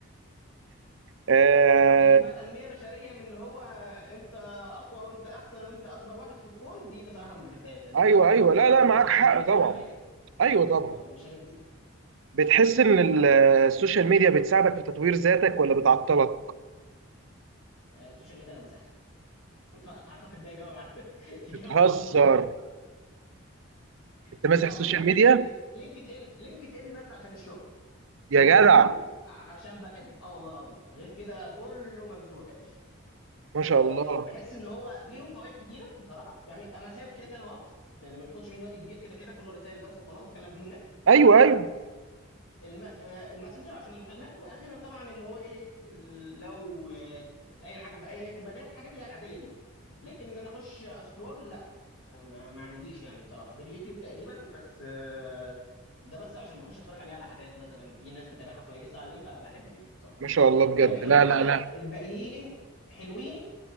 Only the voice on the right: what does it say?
آه
ايوه
ايوه
لا
لا معاك
حق
طبعا
ايوه طبعا
بتحس ان ال- السوشيال ميديا بتساعدك في تطوير ذاتك ولا بتعطلك
بتهزر
انت
ماسح السوشيال
ميديا
يا
جدع
ما شاء
الله
ايوه ايوه
ما شاء الله بجد
لا
لا لا